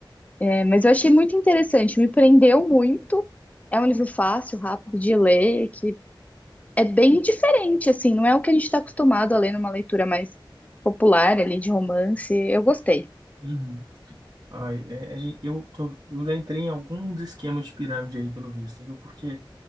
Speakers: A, on the left; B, on the right.
A: É, mas eu achei muito interessante, me prendeu muito. É um livro fácil, rápido de ler, que é bem diferente, assim, não é o que a gente está acostumado a ler numa leitura mais popular ali de romance. Eu gostei.
B: Uhum. Ai, é- é- eu tô, eu já entrei em alguns esquemas de pirâmide aí, pelo visto, viu? Porque